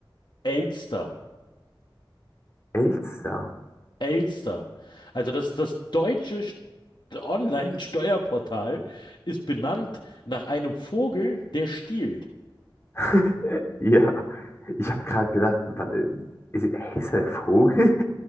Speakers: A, on the left; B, on the left.
A: Elster.
B: Elster.
A: Elster. Also das, das deutsche St- Online-Steuerportal ist benannt nach einem Vogel, der stiehlt.
B: <laughs> Ja, ich habe gerade gedacht, wa- äh, ist, ist er der Vogel?